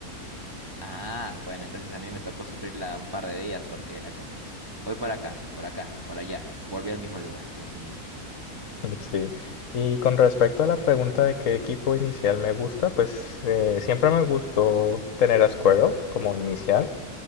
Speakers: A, on the right (about 35°); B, on the left (about 60°).
A: Ah, bueno, entonces a mí me tocó sufrirla un par de días porque era como, voy por acá, por acá, por allá. Volví al mismo lugar, Dios mío.
B: Sí, y con respecto a la pregunta de qué equipo inicial me gusta, pues eh, siempre me gustó tener a Squirrel como inicial,